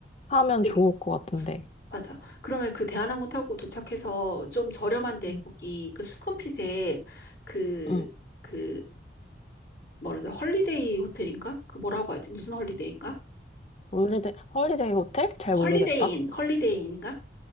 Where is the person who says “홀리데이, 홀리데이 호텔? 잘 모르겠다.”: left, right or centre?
Left